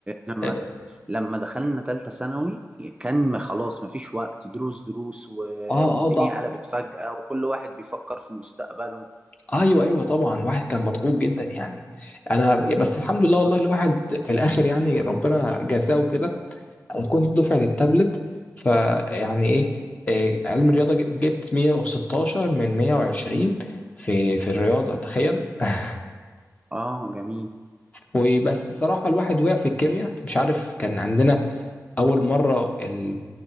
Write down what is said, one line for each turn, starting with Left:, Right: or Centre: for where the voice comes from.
Right: لما
Left: اه
Right: لما دخلنا ثالثه ثانوي كان ما- خلاص ما فيش وقت دروس دروس و...
Left: اه
Right: والدنيا
Left: آه، ضع...
Right: قلبت فجأة وكل واحد بيفكر في مستقبله
Left: ايوه ايوه طبعا واحد كان مضغوط جدا يعني انا بس الحمد لله والله
Right: اه
Left: الواحد في الاخر يعني ربنا جزاه كده انا كنت دفعه التابلت فيعني ايه إيه، آه، علم الرياضه جبت 116 من 120 في في الرياضه تخيل <laughs>
Right: آه، جميل
Left: وبس صراحة الواحد وقع في الكيمياء مش عارف كان عندنا اول مره ال...